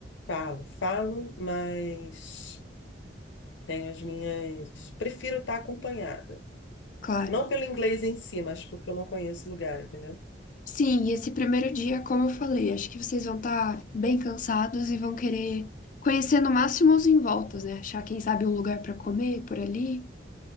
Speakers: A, on the left; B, on the left.
A: Falo, falo, mas tenho as minhas. Prefiro estar acompanhada.
B: Claro.
A: Não pelo inglês em si, mas porque eu não conheço o lugar, entendeu?
B: Sim, e esse primeiro dia, como eu falei, acho que vocês vão estar bem cansados e vão querer conhecer no máximo os envoltos, né? Achar, quem sabe, um lugar para comer por ali,